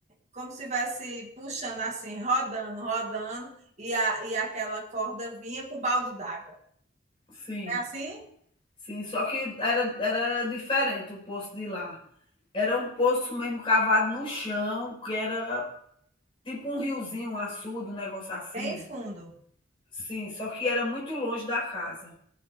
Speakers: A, on the right; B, on the left.
A: como se estivesse puxando assim, rodando, rodando, e, a, e aquela corda vinha com balde d'água.
B: Sim,
A: É assim?
B: sim, só que era, era diferente o poço de lá. Era um poço mesmo cavado no chão, que era tipo um riozinho, um açude, um negócio assim.
A: Bem fundo.
B: Sim, só que era muito longe da casa.